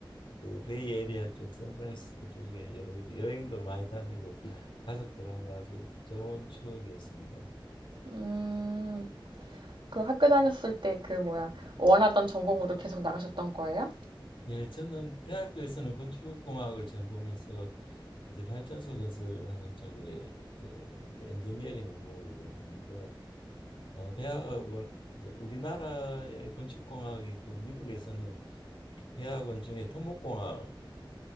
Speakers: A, on the left; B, on the right.
A: 그 베이 에리아 쪽 샌프란시스코 쪽에 여러 여행도 많이 다니고 가족들하고 아주 좋은 추억이었습니다.
B: 음, 그 학교 다녔을 때 그 뭐야 원하던 전공으로 계속 나가셨던 거예요?
A: 예, 저는 대학교에서는 건축공학을 전공해서 이제 발전소 건설하는 쪽에 예, 이제 엔지니어링 업무를 했는데 어, 대학원 이제 우리나라의 건축공학이 또 미국에서는 대학원 중에 토목공학이